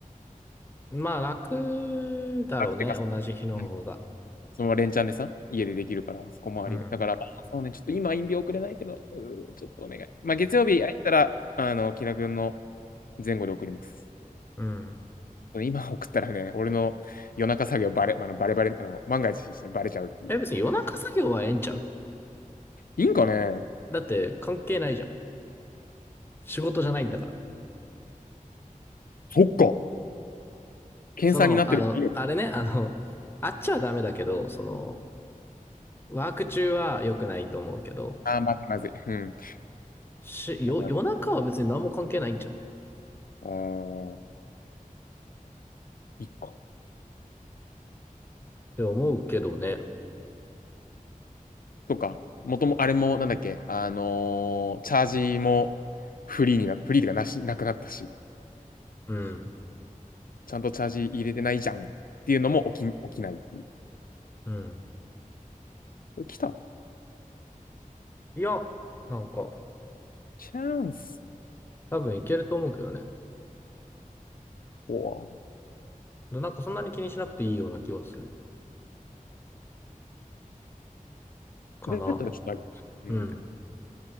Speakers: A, on the left; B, on the left.
A: うん。まあ、楽だろうね。
B: 楽てか、
A: 同じ日の方が。
B: うんそのまま連チャンでさ、家でできるから、そこもありがだから、
A: うん。
B: まあそうね、ちょっと今、陰病送れないけど、うーちょっとお願い。まあ、月曜日空いたら、あの、木田君の前後で送ります。
A: うん。
B: 今送ったらね、俺の夜中作業バレ、あのバレバレ、あの万が一してバレちゃうっていう。
A: え、別に夜中作業はええんちゃう
B: いいんかね
A: だって関係ないじゃん。仕事じゃないんだから。
B: そっか。検査になってる。
A: その、あの、あれね、あの、あっちはダメだけど、その、ワーク中は良くないと思うけど、
B: ああー、まずいまずい。うん。
A: し、よ、
B: だから、
A: 夜中は別に何も関係ないんじゃんっ
B: あー一個。
A: て思うけどね。
B: とか、もとも、あれも、なんだっけ、あのーチャージもフリーになった。フリーとかなし、なくなったし。
A: うん。
B: ちゃんとチャージ入れてないじゃんっていうのも起き、起きないっていう。
A: うん。
B: これ来た
A: いや、なんか、
B: チャンス
A: 多分いけると思うけどね。
B: おぉ
A: なんかそんなに気にしなくていいような気はするかな。
B: それだったらちょっとある。うん。
A: うん。